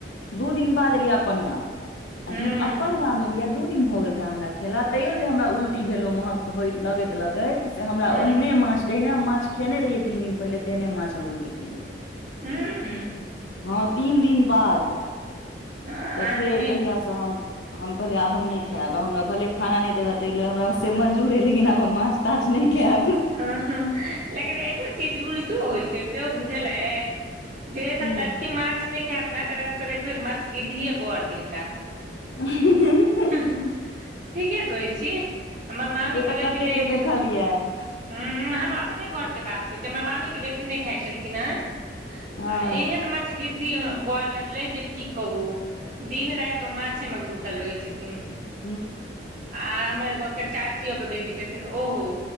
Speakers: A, on the left; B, on the right.
A: दू दिन बाद एलियै अपन गाम आ
B: हूँ
A: जहन अपन गााम मे एलियै दू दिन भऽ गेल भ गेल हमरा खेला तइयो जे हमरा उल्टी भेलोऊ महक होइत लगाएत लगाएत से हमरा
B: हूँ
A: आहियने माछ जहिना हम माछ खेने रहियै तीन दिन पहिल तहिने माछ हम उल्टी केलियै
B: हुँ
A: हँ तीन दिन बाद
B: अहाँके
A: तऽ फेर
B: नहि
A: तहिया से हम कहलियै आब हम नहि खायब हमरा भले खाना नहि देबै ताहि लेल हमरा से मंजूर है लेकिन अब हम माछ ताच नहिके खेब
B: हाँ लेकिन एगो चीज उलटो होइ छै सेहो बुझ अछि जे सब
A: की
B: लड़की मछ नहि खेत न तरा सब देख मछ गीधीए बोर देताअत
A: <unintelligible>
B: ठीके कह छी हमर मामी
A: से तऽ
B: बेटी
A: कते
B: नहि
A: के
B: खा
A: देखलियऽ
B: हूँ हम अपने घर बातै कहिए अछि हमर मामी के बेटी नहि खाइ छलखिन है
A: हँ
B: आ एहेन मछ गिद्दी बर भेटले जे की कहू दिन रैइतो माछे मे घुसल रहै छथिन
A: ह
B: आ हमर एगो एखन चाचियो के बेटी छथिन ओहो